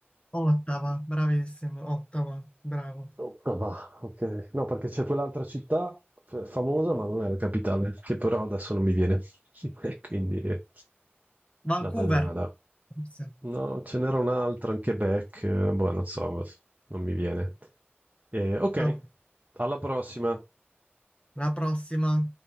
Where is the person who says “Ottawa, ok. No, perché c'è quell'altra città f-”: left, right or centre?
Right